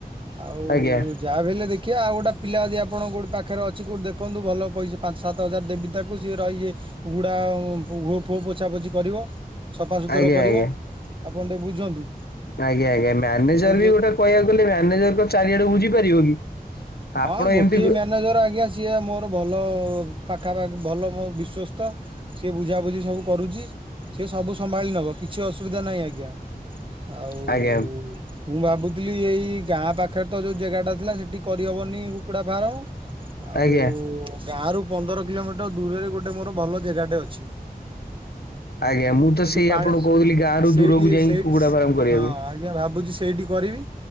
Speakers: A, on the right; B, on the left.
A: ଆଉଁ
B: ଆଜ୍ଞା
A: ଯାହାବି ହେଲେ ଦେଖିବା ଆଉ ଗୋଟା ପିଲା ଯଦି ଆପଣ କୋଉଠି ପାଖରେ ଅଛି କଉଁଠି ଦେଖନ୍ତୁ ଭଲ ପଇସା ପାଞ୍ଚ ସାତ ସାତଜାର ଦେବୀତାକୁ ସିଏ ରହିଁକି କୁକୁଡ଼ା ଘୁଅଫୁଅ ପୋଛା ପୋଛି କରିବ ସଫାସୁତୁର
B: ଆଜ୍ଞା
A: କରିବ
B: ଆଜ୍ଞା।
A: ଆପଣ ଟିକେ ବୁଝନ୍ତୁ।
B: ଆଜ୍ଞା ଆଜ୍ଞା ମ୍ୟାନେଜର
A: କୋଉଠି
B: ବି
A: ଯଦି
B: ଗୋଟେ କହିବାକୁ ଗଲେ ମ୍ୟାନେଜର ତ ଚାରିଆଡେ ବୁଝିପାରିବ କି?
A: ହଁ
B: ଆପଣ
A: ଗୋଟିଏ
B: ଏମିତି
A: ମ୍ୟାନେଜର ଆଜ୍ଞା। ଯିଏ ମୋର ଭଲ ପାଖାପାଖି ଭଲ ମୋ ବିଶ୍ଵସ୍ତ। ସିଏ ବୁଝାବୁଝି ସବୁ କରୁଛି ସିଏ ସବୁ ସମ୍ଭାଳି ନବ କିଛି ଅସୁବିଧା ନାହିଁ ଆଜ୍ଞା। ଆଉ
B: ଆଜ୍ଞା
A: ମୁଁ ଭାବୁଥିଲି ଏଇ ଗାଁ ପାଖରେ ତ ଯୋଉ ଜେଗା ଟା ଥିଲା ସେଠି କ ହବନି କୁକୁଡା ଫାର୍ମ ଆଉ।
B: ଆଜ୍ଞା।
A: ଗାଁ ରୁ ପନ୍ଦର କିଲୋମିଟର ଦୂରରେ ଗୋଟେ ମୋର ଭଲ ଜେଗାଟେ ଅଛି।
B: ଆଜ୍ଞା ମୁଁ ତ
A: ସେଠି
B: ସେଇ
A: ପାଣି
B: ଆପଣଙ୍କୁ କହୁଥିଲି ଗାଁରୁ
A: ସେଇଠି
B: ଦୂରକୁ ଯାଇକି
A: ସେଇଠି
B: କୁକୁଡ଼ା ଫାର୍ମ କରିବାକୁ
A: ହଁ। ଆଜ୍ଞା ଭାବୁଛି ସେଇଠି କରିବି